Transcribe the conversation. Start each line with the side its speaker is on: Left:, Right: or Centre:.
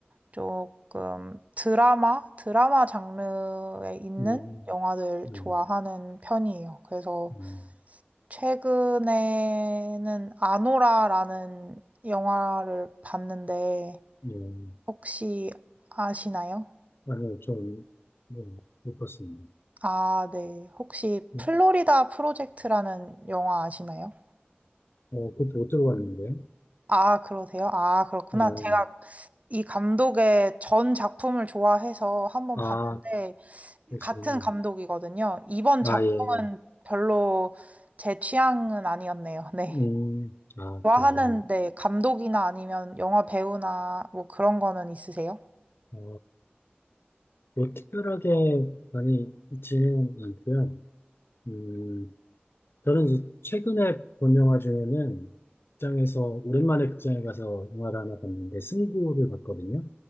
Right: 조금 드라마? 드라마 장르에 있는
Left: 음,
Right: 영화들
Left: 음,
Right: 좋아하는 편이에요. 그래서
Left: 음,
Right: 최근에는 아노라라는 영화를 봤는데
Left: 음, 음.
Right: 혹시 아시나요?
Left: 아니요, 좀, 음, 못 봤습니다.
Right: 아, 네. 혹시
Left: 음,
Right: 플로리다 프로젝트라는 영화 아시나요?
Left: 어, 그것도 못 들어봤는데.
Right: 아, 그러세요? 아, 그렇구나.
Left: 음.
Right: 제가 이 감독의 전 작품을 좋아해서 한번
Left: 아,
Right: 봤는데
Left: 그러시구나.
Right: 같은 감독이거든요. 이번
Left: 아,
Right: 작품은
Left: 예.
Right: 별로 제 취향은 아니었네요. 네.
Left: 음, 아,
Right: 좋아하는
Left: 그러세요.
Right: 네, 감독이나 아니면 영화 배우나 뭐 그런 거는 있으세요?
Left: 어, 뭐, 특별하게 많이 있지는 않고요. 음, 저는 이제 최근에 본 영화 중에는 극장에서, 오랜만에 극장에 가서 영화를 하나 봤는데, 승부를 봤거든요.